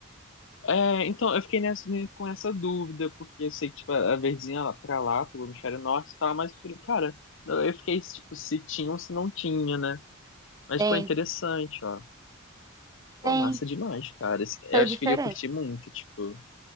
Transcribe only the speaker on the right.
Tem,
tem.
São
diferentes.